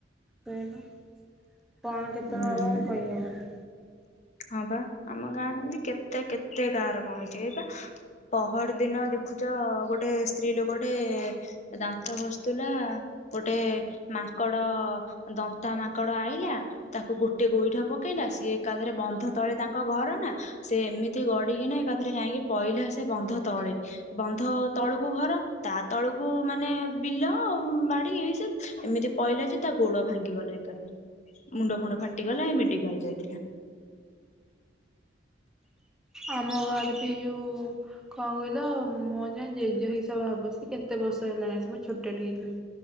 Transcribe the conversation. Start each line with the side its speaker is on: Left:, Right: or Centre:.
Centre: ସେଇୟା ପା କଣ କେତେବେଳେ
Left: ହୁଁ
Centre: ହବ ମୁଁ କହିହେବନି।
Left: ହଁ ପା ଆମ ଗାଁରେ ଏମତି କେତେ କେତେ ଗାଁ ର କଣ ହେଇଛି ଏଇ ପା। ପହର ଦିନ ଦେଖୁଛ ଗୋଟେ ସ୍ତ୍ରୀ ଲୋକଟେ ଦାନ୍ତ ଘସୁଥିଲା। ଗୋଟେ ମାଙ୍କଡ ଦନ୍ତା ମାଙ୍କଡ ଆଇଲା ତାକୁ ଗୋଟେ ଗୋଇଠା ପକେଇଲା ସେ ଏକାଥରେ ବ ବନ୍ଧ ତଳେ ତାଙ୍କ ଘର ନା ସେ ଏମିତି ଗଡିକିନା ଏକାଥରେ ଯାଇକି ପଇଲା ସେ ବନ୍ଧ ତଳେ ବନ୍ଧ ତଳକୁ ଘର ତା ତଳକୁ ମାନେ ବିଲ ବାଡି ଏଇସବୁ ଏମିତି କହିଲା ଯେ ତା ଗୋଡ ଭାଙ୍ଗି ଗଲା ଏକାରେ ମୁଣ୍ଡ ଫଙଣ୍ଡ ଫାଟିଗଲା ମେଡିକାଲ ଯାଇଥିଲା।
Centre: ଆମ ଆଡେ ବି ଯୋଉ କଣ କହିଲ ମୁଁ ଯାଏ ଜେଜେ ହିସାବରେ ହବ କେତେ ବର୍ଷ ହେଲାଣି ସେ ମୁଁ ଛୋଟଟେ ହେଇଥିଲି।